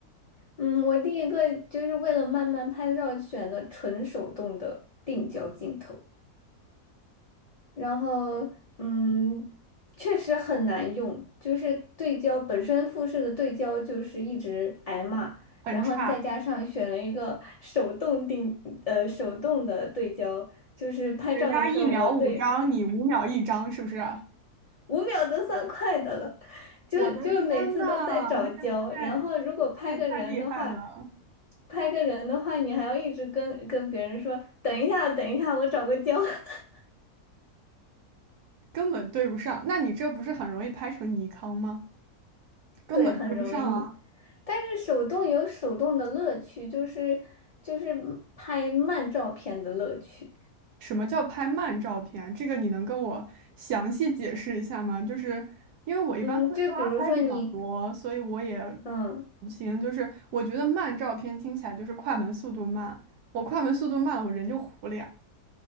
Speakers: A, on the left (about 65°); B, on the right (about 80°).
A: 嗯，我第一个就是为了慢慢拍照选的纯手动的定焦镜头，然后嗯，确实很难用，就是对焦本身富士的对焦就是一直挨骂。
B: 很差，
A: 然后再加上选了一个手动定，呃，手动的对焦，就是拍照的时候，
B: 人家一秒五张，
A: 我对
B: 你五秒一张，是不是啊？
A: 五秒都算快的了，就就每次都在找焦，
B: 我的天呐，你也太，
A: 然后如果拍个人的话，
B: 你也太厉害了，
A: 拍个人的话，你还要一直跟跟别人说，等一下，等一下，我找个焦，<laughs>
B: 根本对不上。那你这不是很容易拍成尼康吗？根本对不上啊。
A: 对，很容易。但是手动有手动的乐趣，就是就是拍慢照片的乐趣，
B: 什么叫拍慢照片？这个你能跟我详细解释一下吗？就是因为我一般都是抓拍比较多，
A: 嗯，就比如说你，
B: 所以我也
A: 嗯。
B: 不行。就是我觉得慢照片听起来就是快门速度慢，我快门速度慢了，我人就糊了呀。